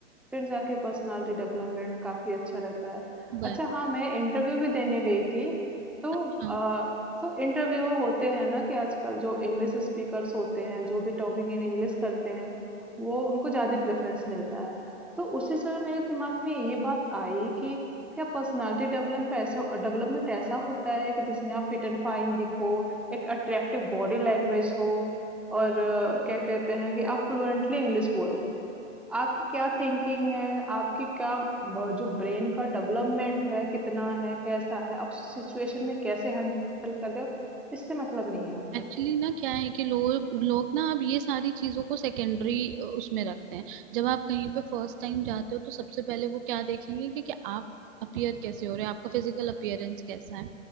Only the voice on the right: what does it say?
वही
अच्छा
एक्चुअली ना क्या है कि लोग लोग ना अब ये सारी चीजों को सेकेंडरी उसमें रखते हैं जब आप कहीं पे फर्स्ट टाइम जाते हो तो सबसे पहले वो क्या देखेंगे कि, कि आप अपियर कैसे हो रहे हो आपका फिजिकल अपियरेंस कैसा है